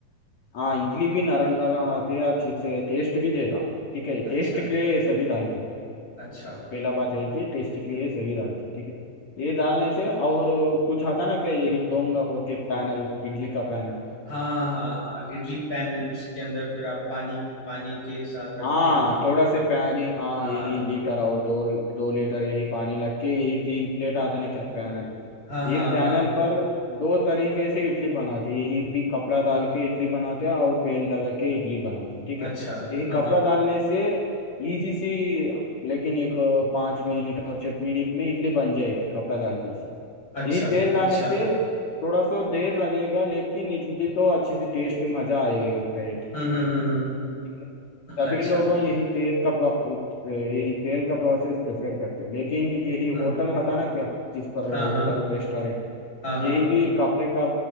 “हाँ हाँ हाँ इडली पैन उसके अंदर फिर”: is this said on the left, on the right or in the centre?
Left